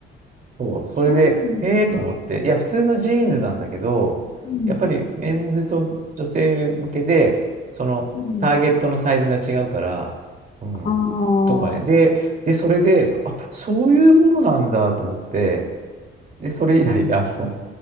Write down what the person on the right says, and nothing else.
そう、それで、
ええと思って、いや、普通のジーンズなんだけど、
やっぱりメンズと女性向けで、そのターゲットのサイズが違うから、
うん。
とかね。で、で、それで、あ、そういうものなんだと思って、で、それ以来、あの、